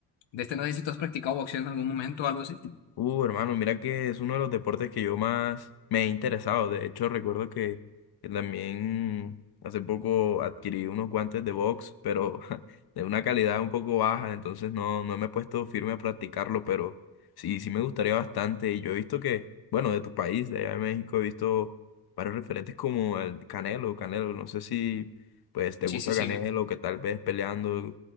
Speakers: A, on the left; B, on the left.
A: De este no sé si tú has practicado boxeo en algún momento o algo así.
B: Uh, hermano, mira que es uno de los deportes que yo más me he interesado. De hecho, recuerdo que, que también hace poco adquirí unos guantes de box, pero <laughs> de una calidad un poco baja, entonces no, no me he puesto firme a practicarlo, pero sí, sí me gustaría bastante. Y yo he visto que, bueno, de tu país, de allá de México, he visto varios referentes como el Canelo, Canelo, no sé si pues te
A: Sí,
B: gusta
A: sí, sí.
B: Canelo, que tal vez peleando